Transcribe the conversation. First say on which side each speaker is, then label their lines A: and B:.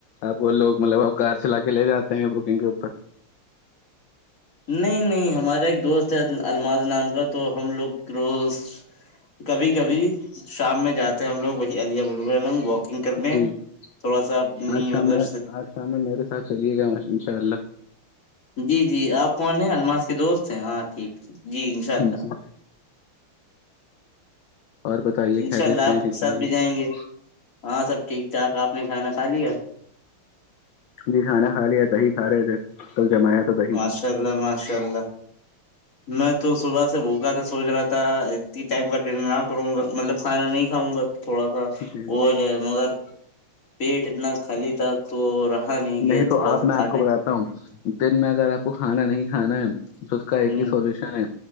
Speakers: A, on the left (about 70°); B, on the left (about 40°).
A: آپ وہ لوگ مطلب اب کار چلا کے لے جاتے ہیں بکنگ کے اوپر
B: نہیں نہیں ہمارا ایک دوست ہے المار نام کا تو ہم لوگ روز کبھی کبھی شام میں جاتے ہیں ہم لوگ وہی علییہ بولوبعمگ واک گ کرنے
A: جی
B: تھوڑا سا اپنی
A: آج شام
B: مطلب
A: میں آج شام میں میرے ساتھ چلیے گا ان شاء اللہ
B: جی جی آپ الماس کے دوست ہیں ہاں ٹھیک ہے جی انشاء اللہ
A: جی اور بتائیے
B: انشاء
A: خیریت
B: اللہ
A: سے
B: آپ
A: ہیں ٹھیک
B: ساتھ
A: ٹھاک ہیں؟
B: بھی جائیں گے ہاں سب ٹھیک ٹھاک آپ نے کھانا کھا لیا
A: جی کھانا کھا لیا تی کھا رہے تھے کل جمایا تھا دہی
B: ماشاء اللہ ماشاء اللہ میں تو صبح سے بھوکا تھا سوچ رہا تھا اتنی ٹائم کا ڈنر نہ کروں گا مطلب کھانا نہیں کھاؤں گا تھوڑا سا
A: جی
B: وہ ہو جائے مگر پیٹ اتنا خالی تھا تو رہا گیا
A: نہیں تو
B: تھوڑا
A: آپ
B: سا
A: میں
B: کھانے
A: آپ کو بتاتا ہوں دن میں اگر آپ کو کھانا نہیں کھانا ہے تو اس کا ایک
B: ہ
A: ہی سولوشن ہے